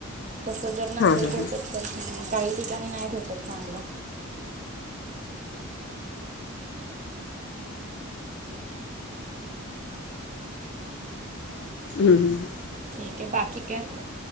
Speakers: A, on the right (about 35°); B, on the left (about 50°).
A: तसं जर नसेल
B: हां हां हां
A: भेटत तर काही ठिकाणी नाही भेटत चांगलं.
B: हम्म.
A: ठीक आहे बाकी काय?